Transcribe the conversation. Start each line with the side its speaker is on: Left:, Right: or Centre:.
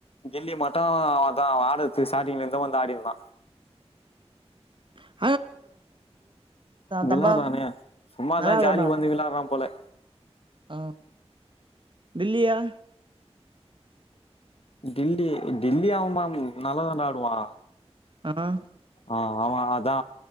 Left: டெல்லி மட்டு அதா ஆகஸ்ட் ஸ்டார்ட்டிங்ல இருந்தே வந்து ஆடிந்தா
Right: உஹ <inaudible>
Left: விளாடுறானே
Right: தம்பா
Left: சும்மாதா
Right: நல்லா ஆடோண்ணா
Left: ஜாலிக்கு வந்து விளாடுறா போல
Right: ஆ பில்லியா
Left: டில்லி டில்லி ஆவுமா நல்லா தான்டா ஆடுவா
Right: ஆனா
Left: ஆ அவ அதா